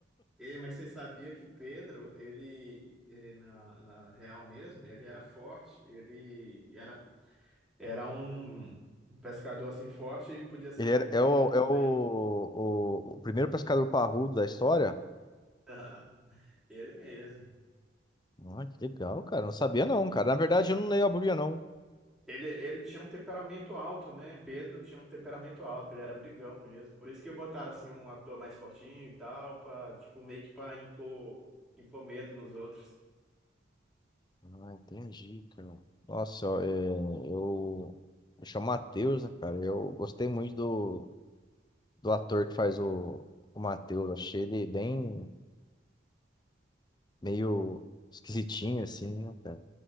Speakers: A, in the centre; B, on the left (about 25°).
A: E, mas você sabia que Pedro, ele, eh, na, na real mesmo, ele era forte, ele era Era um um pescador assim forte e podia ser
B: Ele
A: um
B: era-
A: bom guerreiro
B: é o,
A: também.
B: é o, o, o primeiro pescador parrudo da história.
A: <laughs> Ele mesmo.
B: Ah, que legal, cara. Não sabia não, cara. Na verdade, eu não leio a Bíblia, não.
A: Ele, ele tinha um temperamento alto, né? Pedro tinha um temperamento alto, ele era brigão mesmo. Por isso que botaram assim um ator mais fortinho e tal, pra, tipo, meio que pra impor, impor medo nos outros.
B: Ah, entendi, cara. Nossa, ó, é, eu, eu chamo Matheus, né, cara? Eu gostei muito do, do ator que faz o, o Matheus. Achei ele bem meio esquisitinho, assim, né, cara?